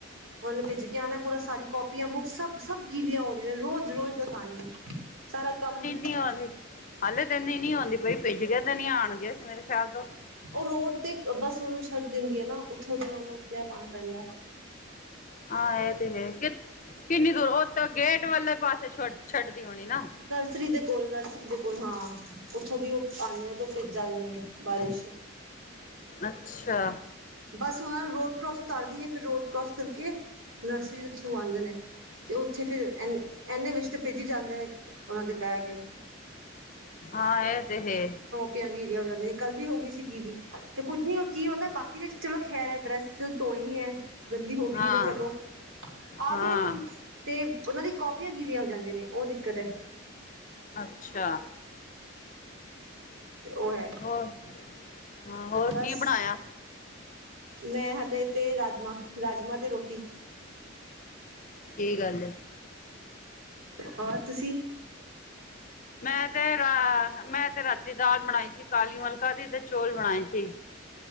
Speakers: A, on the right; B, on the left.
A: ਹੁਨ ਭਿੱਜ ਕੇ ਆਣੈ ਪੂਰਾ ਸਾਰੀ ਕੋਪੀਆਂ, ਬੁੱਕ ਸਭ, ਸਭ ਗੀਲੀਆਂ ਹੋ ਰ <unintelligible> ਨੇ ਰੋਜ਼-ਰੋਜ਼ ਦਾ ਕਾਣੀ ਏ। ਸਾਰਾ ਕੰਮ
B: ਕੀ ਹਾਲ ਏ? ਹਾਲੇ ਤੇ ਐਨੀ ਨੀ ਹੁੰਦੀ ਪਈ, ਭਿੱਜ ਕੇ ਤੇ ਨੀ ਆਣਗੇ, ਮੇਰੇ ਖਿਆਲ ਤੋ।
A: ਔ ਰੋਡ ਤੇ ਅ ਬੱਸ ਛੱਡ ਦੇਂਦੀ ਐ ਨਾ ਔਥੋਂ ਦੀ ਔਨੂੰ ਪੈਦਲਾਣ ਪੈਂਦੈ।
B: ਹਾਂ ਐ ਤੇ ਹੈ ਕਿ ਕਿੰਨੀ ਦੂਰ ਉਤੋਂ ਗੇਟ ਵਾਲੇ ਪਾਸੇ ਛੱਡ ਛੱਡਦੀ ਹੋਣੀ ਨਾ।
A: ਥਰੀ ਦੇ ਕੋਲ, ਨਰਸਰੀ ਦੇ ਕੋਲ ਹਾਂ। ਔਥੋਂ ਦੀ ਔ ਆਂਦੇ ਨੇ ਤੇ ਔ ਭਿਜ ਜਾਂਦੇ ਨੇ ਬਾਰਿਸ਼
B: ਅੱਛਾ।
A: ਬਸ ਵਹਾ ਰੋਡ ਕਰੋਸ ਈ ਉਤਾਰਦੀ ਏ ਫੇਰ ਰੋਡ ਕਰੋਸ ਕਰਕੇ ਨਰਸਰੀ ਦੇ ਥਰੂ ਆਂਦੇ ਨੇ। ਤੇ ਔਥੇ ਫਿਰ ਇਨ ਇੰਨੇ ਵਿੱਚ ਤੇ ਭਿੱਜ ਈ ਜਾਂਦੇ ਨੇ ਔਨਾਂ ਦੇ ਬੈਗ।
B: ਹਾਂ ਐ ਤੇ ਹੈ।
A: ਫੇਰ ਗਿਲੀਆ ਹੋ ਜਾਂਦੀਐਂ। ਕੱਲ ਵੀ ਹੋ ਗਈ ਸੀ ਗਿਲੀ ਤੇ ਕੁੱਝ ਨੀ ਔ ਕੀ ਹੁੰਦੈ ਬਾਕੀ ਦੇ 'ਚ ਚਲੋ ਖੈਰ ਐ, ਡਰੈਸ ਤੇ ਧੋਨੀ ਐ, ਗੰਦੀ ਹੋ ਵੀ
B: ਹਾਂ
A: ਗੀ ਤੇ ਚਲੋ, ਆ
B: ਹਾਂ
A: ਗਏ ਤੇ ਔਨਾਂ ਦੀ ਕੋਪੀਆਂ ਗੀਲੀਆਂ ਹੋ ਜਾਂਦੀਆਂ ਨੇ ਔ ਦਿੱਕਤ ਐ।
B: ਅੱਛਾ।
A: ਤੇ ਔ ਹੈ
B: ਹੋਰ, ਹਾਂ ਹੋਰ
A: ਬਸ
B: ਕੀ ਬਣਾਇਆ?
A: ਮੈਂ ਹਾਲੇ ਤੇ ਰਾਜਮਾਂ, ਰਾਜਮਾਂ ਤੇ ਰੋਟੀ।
B: ਕੀ ਗੱਲ ਏ
A: ਹੋਰ ਤੁਸੀ?
B: ਮੈਂ ਤੇ ਰਾ ਮੈਂ ਤੇ ਰਾਤੀ ਦਾਲ ਬਣਾਈ ਸੀ ਕਾਲੀ ਮਲਕਾ ਦੀ ਤੇ ਚੋਲ ਬਣਾਏ ਸੀ।